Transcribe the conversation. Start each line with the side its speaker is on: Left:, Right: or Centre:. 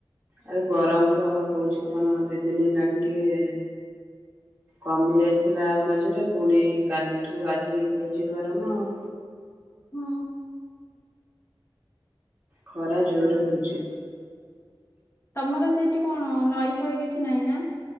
Right: ଆରେ ଗରମ ତ ହଉଛି କଣ ଦି ଦିନ ହେଲାଣିି ଟିକେ କମି ଯାଇଥିଲା ମଝିରେ, ପୁଣି କାଲିଠୁ ଆଜି ହଉଚି ଗରମ ଆଉ।
Left: ହଁ।
Right: ଖରା ଜୋରେ ହଉଚି।
Left: ତମର ସେଇଠି କଣ ନଈ ପଇ କିଛି ନାହିଁ ନା?